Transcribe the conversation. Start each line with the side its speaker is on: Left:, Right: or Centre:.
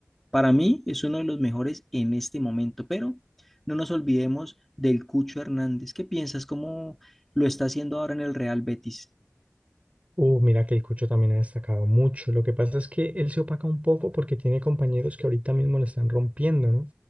Centre: Para mí es uno de los mejores en este momento, pero no nos olvidemos del Cucho Hernández. ¿Qué piensas? ¿Cómo lo está haciendo ahora en el Real Betis?
Right: Uh, mira que el Cucho también ha destacado mucho. Lo que pasa es que él se opaca un poco porque tiene compañeros que ahorita mismo le están rompiendo, ¿no?